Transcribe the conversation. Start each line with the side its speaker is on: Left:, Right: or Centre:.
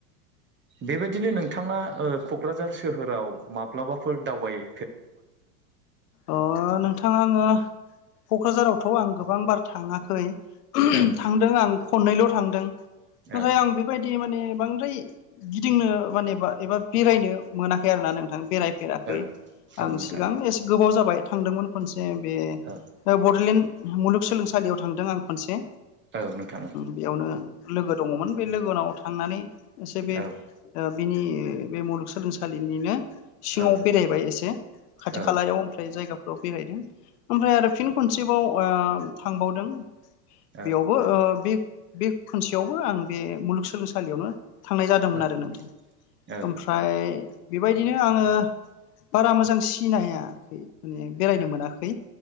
Right: बेबायदिनो नोंथाङा क'क्राझार सोहोराव माब्लाबाफोर दावबायो।
Left: अ नोंथाङा आङो क'क्राझारावथ' आं गोबां बार थाङाखै
Right: औ
Left: थांदों आं खननैल' थांदों। नाथाय
Right: औ
Left: आं बेबायदि माने बांद्राय गिदिंनो माने एबा बेरायनो मोनाखै आरो ना नोंथां बेरायफेराखै।
Right: औ औ
Left: आं
Right: नोंथां
Left: सिगां एसे गोबाव जाबाय थांदोंमोन खनसे बे
Right: औ
Left: बड'लेण्ड मुलुगसोलोंसालियाव थां। थांदों आं खनसे
Right: औ नोंथां औ
Left: बेयावनो लोगो दङमोन बे लोगोनाव थांनानै। एसे बे
Right: औ
Left: बिनि बे मुलुगसोलोंसालिनिनो सिङाव
Right: औ
Left: बेरायबाय एसे खाथि
Right: औ
Left: खालायाव ओमफ्राय जायगाफोराव बेरायदों ओमफ्राय आरो फिन खनसे थांबावदों बेयावबो
Right: औ
Left: बे बे खनसेयावबो आं बे मुलुगसोलोंसालियावनो थांनाय जादोंमोन
Right: औ
Left: आरो नोंथां
Right: औ
Left: ओमफ्राय बेबायदिनो आङो बारा मोजां सिनाया माने बेरायनो मोनाखै